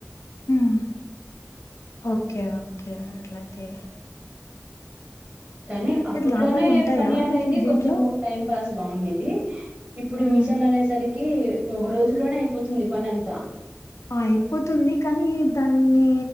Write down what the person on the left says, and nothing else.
మ్ ఓకే ఓకే అట్లైతే
లాభాలు ఉంటాయా
మరి దీంట్లో
ఉమ్
ఆ అయిపోతుంది కానీ దాన్ని